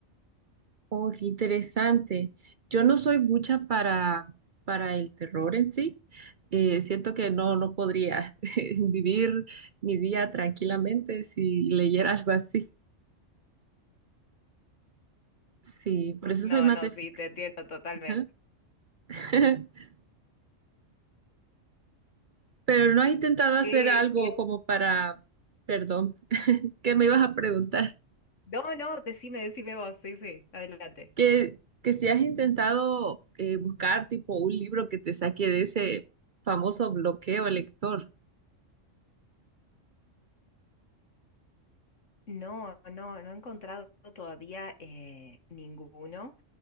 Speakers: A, on the right; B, on the left.
A: Oh, qué interesante. Yo no soy mucha para, para el terror en sí. Eh, siento que no, no podría <laughs> vivir mi día tranquilamente si leyera algo así. Sí, por eso
B: No,
A: soy más
B: no,
A: de ficción.
B: sí, te entiendo totalmente.
A: Ajá. <laughs> Pero no has intentado hacer
B: ¿Qué,
A: algo
B: qué-
A: como para, perdón, ¿qué me ibas a preguntar?
B: No, no, decime, decime vos, sí, sí, adelante.
A: Que, que si has intentado eh, buscar tipo un libro que te saque de ese famoso bloqueo lector.
B: No, no, no he encontrado todavía eh, ninguno,